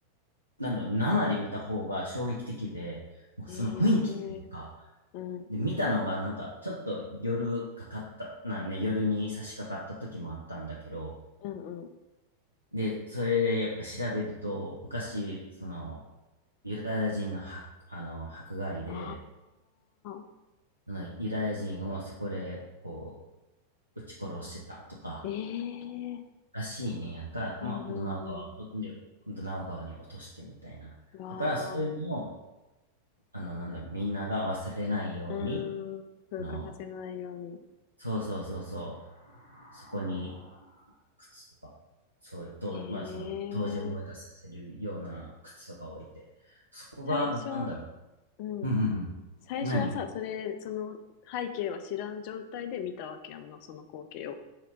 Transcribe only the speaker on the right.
なんだろう、生で見た方が衝撃的で、もうその雰囲気というか、
で、見たのがなんか、ちょっと夜かかった、なんね、夜に差し掛かった時もあったんだけど、
で、それでやっぱ調べると、昔、その、ユダヤ人の迫、あの、迫害で、
あのユダヤ人をそこで、こう、撃ち殺してたとか、
らしいねんやんか。
まあ、
ドナウ川をで、
ドナウ川に落としてみたいな。
だから、そういうのを、あの、なんだ、みんなが忘れないように、
あの、そうそうそうそう、そこに靴とか、そういう、と、
まあ、その、当時を思い出させるような靴とか置いて、そこが、
なんだろ
う。うんうんうん。
何